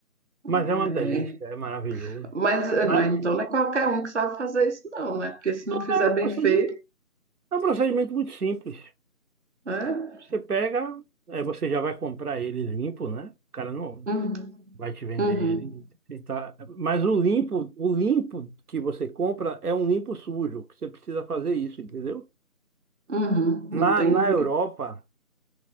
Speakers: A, on the right (about 50°); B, on the right (about 80°).
A: né?
B: Mas é uma delícia, é maravilhoso.
A: Mas,
B: Mas
A: mas então não é qualquer um que sabe fazer isso, não, né? Porque se não fizer
B: é um procedi-
A: bem feito.
B: é um procedimento muito simples.
A: É?
B: Você pega, é, você já vai comprar ele limpo, né? O cara não.
A: Uhum,
B: Vai te vender
A: uhum,
B: ele. E tá- Mas o limpo, o limpo que você compra é um limpo sujo, que você precisa fazer isso, entendeu?
A: uhum,
B: Na,
A: entendi.
B: na Europa,